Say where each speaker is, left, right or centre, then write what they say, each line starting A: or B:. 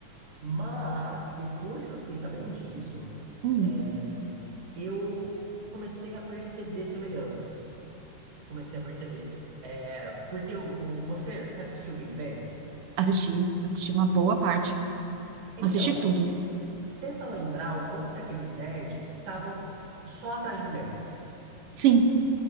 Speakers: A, on the right; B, on the right.
A: Mas, depois que eu fiquei sabendo disso,
B: Hum,
A: é, eu comecei a perceber semelhanças. Eu comecei a perceber. É, porque o, você, você assistiu o Big Bang?
B: assisti, assisti uma boa parte.
A: Então,
B: Assisti tudo.
A: Tenta lembrar o quanto que aqueles nerds estavam só atrás de mulher.
B: Sim,